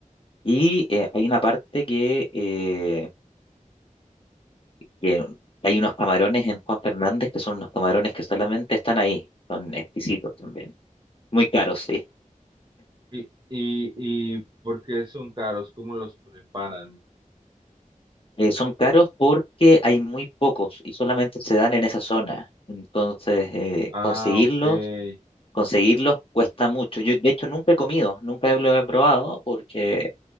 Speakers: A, on the left; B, on the right.
A: Y eh, hay una parte que, eh, que hay unos camarones en Juan Fernández, que son unos camarones que solamente están ahí, son exquisitos también. Muy caros, sí.
B: y, y, y por qué son caros, cómo los preparan.
A: Eh, son caros porque hay muy pocos y solamente se dan en esa zona. Entonces, eh,
B: Ah,
A: conseguirlos,
B: ok. Eh,
A: conseguirlos cuesta mucho. Yo, de hecho, nunca he comido, nunca lo he probado porque